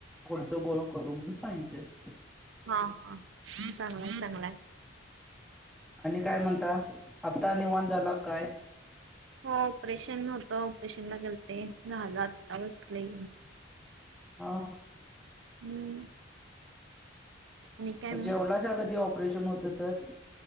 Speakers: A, in the centre; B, on the right (about 80°).
A: पुढचं बोलून करू, म्हणून सांगितलेत.
B: हा.. हा. चांगलाय, चांगलाय.
A: आणि काय म्हणता? आता निवांत झाला काय?
B: हो ऑपरेशन होतं. ऑपरेशनला गेलते, झालं आत्ता बसले.
A: हा.. हा.
B: हम्म. आणि काय
A: मग जेवलासा कधी ऑपरेशन होतं तर?